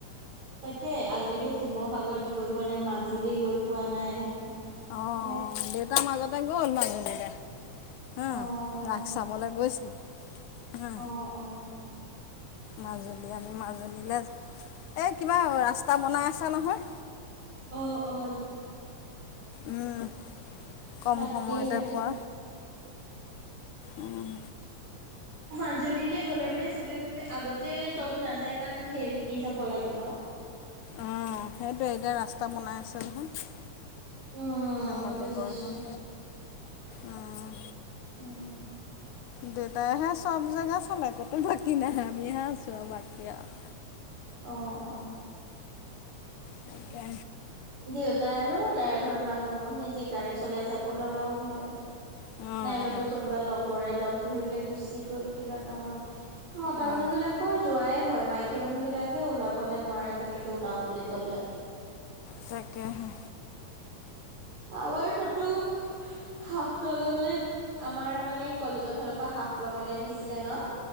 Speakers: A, on the right (about 70°); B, on the left (about 80°).
A: তাকে, আজিলেকে শিৱসাগৰত গৈ পোৱা নাই, মাজুলী গৈ পোৱা নাই।
B: অ',
A: যে
B: অ', দেউতা মাজতে গ'ল মাজুলীলে। উম,
A: অ', অ',
B: ৰাস চাবলে গৈছিলে। হা
A: অ', অ'।
B: মাজুলী আমি মাজুলীলে, এই কিবা ৰাস্তা বনাই আছে নহয়?
A: অ', অ'।
B: উম, কম
A: তাকেহে
B: সময়তে
A: আৰু
B: পোৱা। উম।
A: মাজুলীলে গ'লে মানে চ'বে ভাবে, আগতে চ'ব নাযায় কাৰণ ফেৰী দি যাব লাগে ন?
B: অ', সেইটোৱে, এতিয়া ৰাস্তা বনাই আছে নহয়?
A: উম
B: নমলীগড়
A: বুজিছো।
B: হৈ, অ'।
A: উম।
B: দেউতাইহে চ'ব জেগা চালে কতো বাকী নাই, আমিহে আছোঁ আৰু বাকী আৰু।
A: অ', অ'।
B: তাকে
A: দেউতা আৰু ড্ৰাইভাৰ মানুহ, নিজে গাড়ী চলাই যাব লগাও হয়।
B: অঁ
A: নাইবাতো
B: অঁ
A: কোনোবা লগৰে লগ ধৰিলে গুচি গ'ল কিবা কামত। মতা মানুহ
B: অঁ
A: বিলাকো যোৱাই হয়, মাইক কি মানুহ বিলাক হে ওলাব নোৱাৰে তেনেকে ওলাও বুলি ক'লে।
B: তাকেহে।
A: আমাৰ তাতো হাফলঙলে আমাৰ মানে কলেজৰ ফালৰ পৰা হাফলঙলে নিছিলে ন?